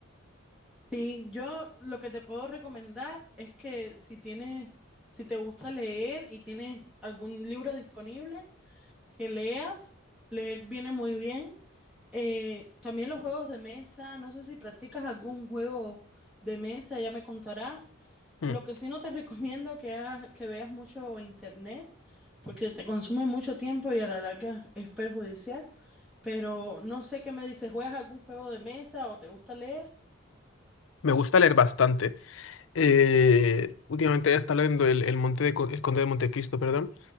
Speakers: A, in the centre; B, on the left.
A: Sí, yo lo que te puedo recomendar es que si tienes, si te gusta leer y tienes algún libro disponible, que leas, leer viene muy bien. Eh, también los juegos de mesa, no sé si practicas algún juego de mesa, ya me contarás.
B: Mm.
A: Lo que sí no te <laughs> recomiendo que hagas, que veas mucho internet, porque te consume mucho tiempo y a la larga es perjudicial. Pero no sé qué me dices, ¿juegas algún juego de mesa o te gusta leer?
B: Me gusta leer bastante. Eh, últimamente he estado leyendo el, el Monte de Co- El Conde de Montecristo, perdón.